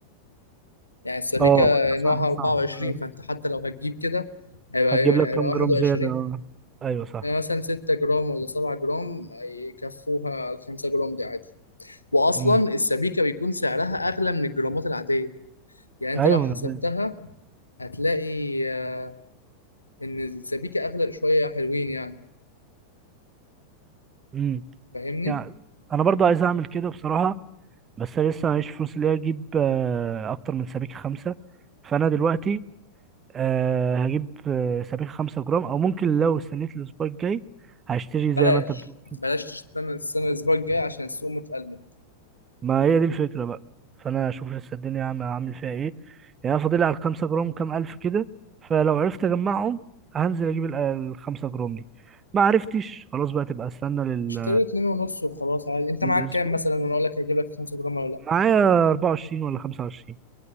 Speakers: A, on the left; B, on the right.
A: يعني السبيكة
B: اه ما انت
A: نوعها
B: صح
A: 24
B: صح آه.
A: فأنت حتى لو هتجيب كده هيبقى
B: هتجيب
A: إيه؟
B: لك
A: هيبقى
B: كام
A: 21
B: جرام زيادة اه ايوه صح
A: يعني مثلا 6 جرام ولا 7 جرام يكفوها ال 5 جرام دي عادي وأصلا
B: مم.
A: السبيكة بيكون سعرها أغلى من الجرامات العادية يعني أنت
B: ايوه
A: لو حسبتها
B: ما انا فاهم
A: هتلاقي آه، إن السبيكة أغلى شوية حلوين يعني
B: مم.
A: فاهمني؟
B: يعني انا برضو عايز اعمل كده بصراحة بس انا لسه معيش فلوس اللي هي اجيب آه، اكتر من سبيكة خمسة فانا دلوقتي آه، هجيب آه، سبيكة خمسة جرام او ممكن لو استنيت الاسبوع الجاي هشتري
A: بلاش
B: زي ما انت بتقول
A: بلاش تستنى السنة الأسبوع الجاي عشان السوق متقلب
B: ما هي دي الفكرة بقى فأنا أشوف لسه الدنيا عم- عامل فيها إيه يعني أنا فاضل لي على الخمسة جرام كام ألف كده فلو عرفت أجمعهم هنزل أجيب ال- الخمسة جرام دي ما عرفتش خلاص بقى تبقى استنى لل...
A: اشتري اتنين ونص وخلاص عادي انت
B: للأسبوع
A: معاك كام مثلا وانا اقول لك هجيب لك 5 جرام ولا لا
B: معايا أربعة وعشرين ولا خمسة وعشرين